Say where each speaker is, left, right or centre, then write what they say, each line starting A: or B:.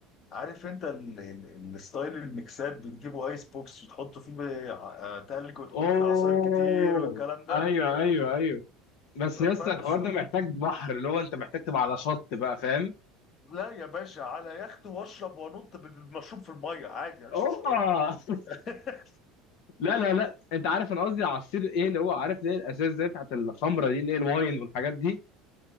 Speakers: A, on the left (about 40°); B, on the left (about 70°).
A: عارف انت ال- ال- الستايل الميكسات بتجيبوا ايس بوكس وتحطوا فيه آه، تلج وتحطوا
B: أوه
A: فيه عصاير كتير والكلام ده
B: أيوه أيوه أيوه بس يا اسطى
A: فاهم
B: الحوار
A: بس
B: ده محتاج بحر اللي هو أنت محتاج تبقى على شط بقى فاهم
A: لا يا باشا على يخت واشرب وانط بالمشروب في الميه عادي مفيش
B: أوبا
A: مشكله
B: <laughs>
A: <laughs>
B: لا لا لا انت عارف انا قصدي على السير ايه اللي هو عارف ليه الاساس زي بتاعت الخمره دي اللي هي الواين والحاجات دي